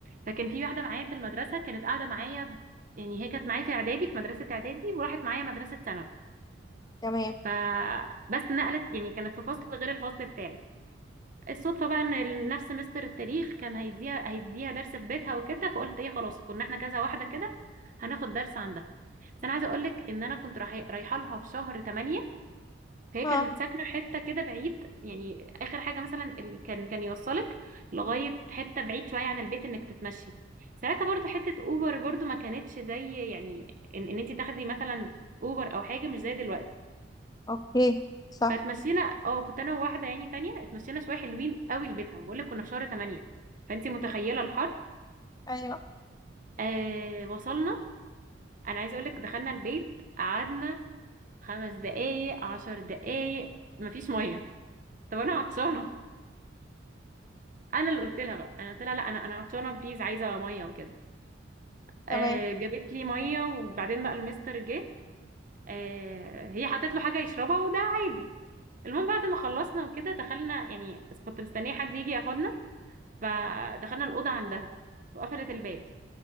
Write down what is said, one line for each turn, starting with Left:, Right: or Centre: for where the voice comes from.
Right: فكان في واحده معايا في المدرسه كانت قاعده معايا يعني هي كانت معايا في اعدادي في مدرسه اعدادي وراحت معايا مدرسه ثانوي
Left: تمام
Right: فبس نقلت يعني كانت في فصل غير الفصل بتاعي الصدفه بقى ان ال- نفس مستر التاريخ كان هيديها هيديها درس في بيتها وكده فقلت ايه خلاص كنا احنا كذا واحده كده هناخد درس عندها بس انا عايزه اقول لك ان انا كنت رايح- رايحه لها في شهر 8 فهي
Left: ها
Right: كانت ساكنة حتة كده بعيد يعني آخر حاجة مثلا ال- كان كان يوصلك لغاية حتة بعيد شوية عن البيت إنك تتمشي ساعتها برضو حتة أوبر برضو ما كانتش زي يعني إن, إن أنت تاخدي مثلا أوبر أو حاجة مش زي دلوقتي
Left: أوكي صح
Right: فاتمشينا اه كنت أنا وواحدة يعني تانية اتمشينا شوية حلوين قوي لبيتها بقول لك كنا في شهر 8 فأنت متخيلة الحر
Left: أيوه
Right: آه وصلنا أنا عايزة أقول لك دخلنا البيت قعدنا خمس دقايق عشر دقايق مفيش مية طب أنا عطشانة انا اللي قلت لها بقى انا قلت لها لا انا انا عطشانه بليز عايزه ميه وكده آه
Left: تمام
Right: جابت لي ميه وبعدين بقى المستر جه آه هي حطت له حاجه يشربها وده عادي المهم بعد ما خلصنا وكده دخلنا يعني كنت مستنيه حد يجي ياخدنا فدخلنا الاوضه عندها وقفلت الباب